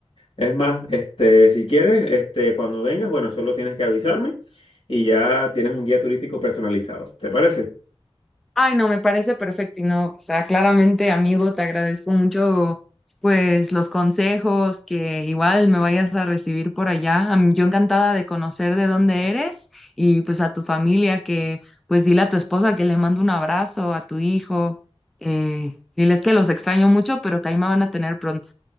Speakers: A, on the left; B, in the centre.
A: Es más, este, si quieres, este, cuando vengas, bueno, solo tienes que avisarme y ya tienes un guía turístico personalizado. ¿Te parece?
B: Ay, no, me parece perfecto y no, o sea, claramente, amigo, te agradezco mucho, pues, los consejos que igual me vayas a recibir por allá. A mí- yo encantada de conocer de dónde eres y pues a tu familia que, pues, dile a tu esposa que le mando un abrazo, a tu hijo, eh, diles que los extraño mucho, pero que ahí me van a tener pronto.